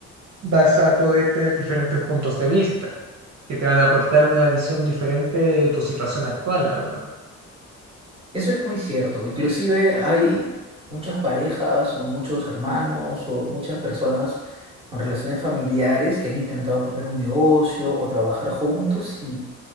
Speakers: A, on the right (about 65°); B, on the right (about 20°).
A: vas a poder tener diferentes puntos de vista que te van a aportar una visión diferente de tu situación actual, la verdad.
B: Eso es muy cierto. Inclusive hay muchas parejas o muchos hermanos o muchas personas con relaciones familiares que han intentado poner un negocio o trabajar juntos y